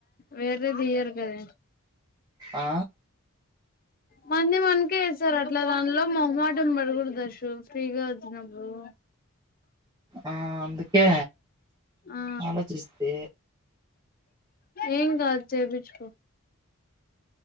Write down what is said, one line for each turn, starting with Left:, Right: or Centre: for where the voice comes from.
Left: వేరేదియరు కదా
Right: ఆ
Left: మంది మనకే వస్తారు అట్లా దానిలో మహమాటం పడకూడదుచ్చ ఫ్రీగా వచ్చినప్పుడు
Right: ఆ అందుకే
Left: ఆ
Right: ఆలోచిస్తే
Left: ఏంగ్ జయబిట్కో